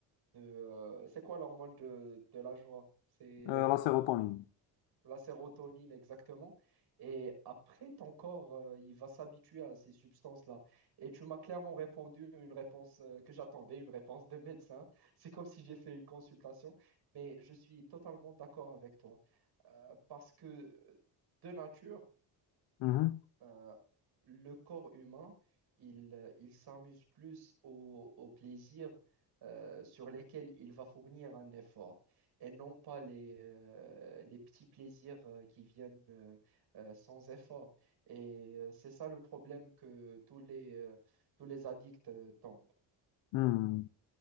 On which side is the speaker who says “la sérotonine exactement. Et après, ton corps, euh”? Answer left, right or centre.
Right